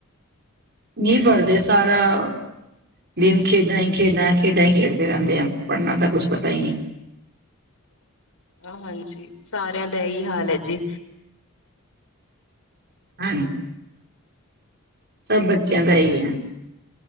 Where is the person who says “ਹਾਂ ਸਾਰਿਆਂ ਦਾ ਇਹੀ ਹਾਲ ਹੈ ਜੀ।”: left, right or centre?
Left